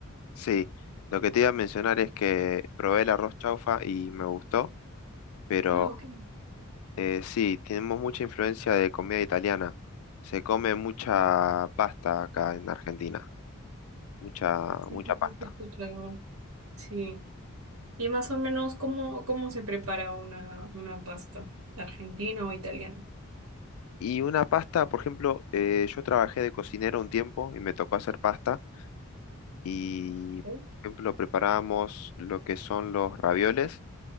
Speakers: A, on the left; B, on the right.
A: Sí, lo que te iba a mencionar es que probé el arroz chaufa y me gustó, pero
B: Ah, ok, sí,
A: eh, sí, tenemos mucha influencia de comida italiana. Se come mucha pasta acá en Argentina, mucha,
B: sí,
A: mucha
B: sí,
A: pasta.
B: sí, he escuchado. Sí. Y más o menos, ¿cómo, cómo se prepara una, una pasta argentina o italiana?
A: Y una pasta, por ejemplo, eh, yo trabajé de cocinero un tiempo y me tocó hacer pasta y, por
B: Sí.
A: ejemplo, preparábamos lo que son los ravioles